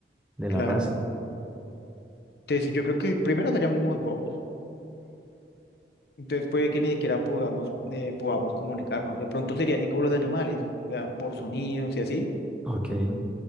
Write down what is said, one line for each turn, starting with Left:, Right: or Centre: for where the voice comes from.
Centre: de
Left: Claro.
Centre: la raza.
Left: Entonces, yo creo que primero seríamos muy bobos. Entonces puede que ni siquiera podamos, eh, podamos comunicarnos. De pronto sería así como los animales, o sea, por sonidos y así.
Centre: Ok.